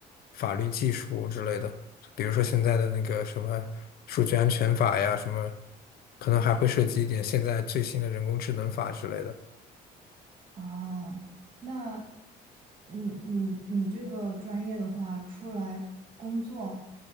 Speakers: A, on the left; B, on the right.
A: 法律技术之类的，比如说现在的那个什么数据安全法呀，什么，可能还会涉及一点现在最新的人工智能法之类的。
B: 啊，那，嗯，你你这个专业的话，出来工作，